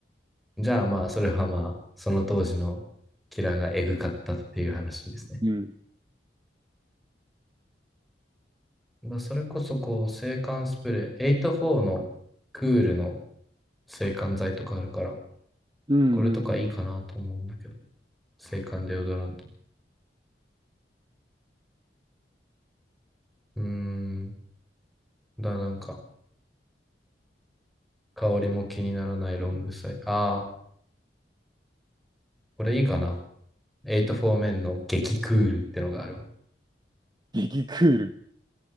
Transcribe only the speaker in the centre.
じゃあまあ、それはまあ、その当時のキラーがエグかったっていう話ですね。
まあ、それこそこう、制汗スプレー、84のクールの制汗剤とかあるから、
これとかいいかなと思うんだけど、
制汗デオドラント。うーん。だ、なんか、香りも気にならないロングサイ。ああ、これいいかな。84面の激クールってのがあるわ。